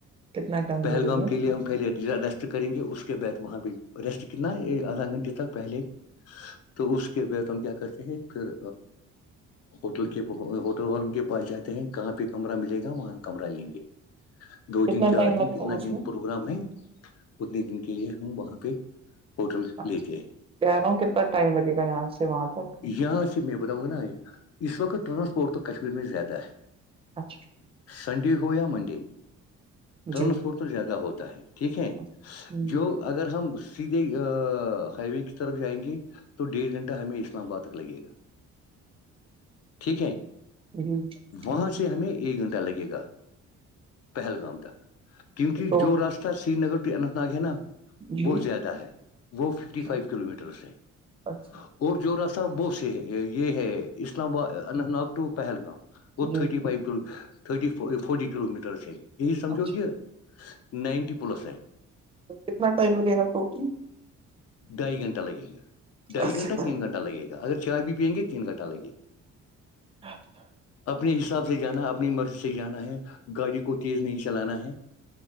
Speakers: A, on the right (about 20°); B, on the left (about 55°).
A: کتنا ٹائم
B: پہلگام
A: لگے گا
B: کےے ہم پہلےسٹ کریں گے اس کے بعد وہاں پہ ریسٹ کتنا آدھا گھنٹے تک پہلے تو اس کے وت ہم کیا کرتے ہیں پھر ہوٹل کے ہوٹل والوں کے پاس جاتے ہیں کہاں پہ کمرہ ملے گا وہاں کمرہ لیں گے دو دن
A: کتنا
B: چار
A: ٹائم
B: دن
A: لگتا
B: کتنا
A: ہے اس
B: دن
A: میں
B: پروگرام ہے اتنے دن کے لیے ہم وہاں پہ ہوٹل لیتے
A: چ
B: ہیں
A: کہہ رہا ہوں کتنا ٹائم لگے گا یہاں سے وہاں تک
B: یہاں سے میں بتاؤ نا یہ اس وقت ٹرانسپورٹ تو کشمیر میں زیادہ ہے
A: اچھا
B: سنڈے ہو یا منڈے ٹرانسپورٹ
A: جی
B: تو زیادہ ہوتا ہے ٹھیک ہے
A: ہوں
B: جو اگر ہم سیدھے ہائی وے کی طرف جائیں گے تو ڈیڑھ گھنٹہ ہمیں اسلام آباد تک لگے گا ٹھیک ہے
A: <unintelligible>
B: وہاں سے ہمیں ایک گھنٹہ لگے گا پہلگام تک کیونکہ
A: تو
B: جو راستہ سری نگر و اننت نگ ہے نا
A: جی
B: وہہ زیادہ ہے وہ ففٹی
A: اچھا
B: فائیو کلو میٹرس ہیں اور
A: اچھا
B: اور جو راستہ وہ سے ہے یہ ہے اسلام آباد اننت ناگ ٹو پہلگام گت
A: جی
B: تھٹی فائیو ت تھٹی فوٹی کلو میٹرس آ یہی سمجھو
A: اچھا
B: کہ نائنٹی پلس آ ہے
A: تو کتنا ٹائم لگے گا ٹوٹل
B: ڈھائی گھنٹہ لگے گا ڈھائی
A: اچھا
B: گھنٹہ
A: ٹائم
B: تین گھنٹ لگے گا اگر چائے بھی پئیں گے تین گھنٹہ لگے گا
A: اچا
B: اپنے حساب سے جانا اپنی مرضی سے جانا ہے گاڑی کو تیز نہیں چلانا ہے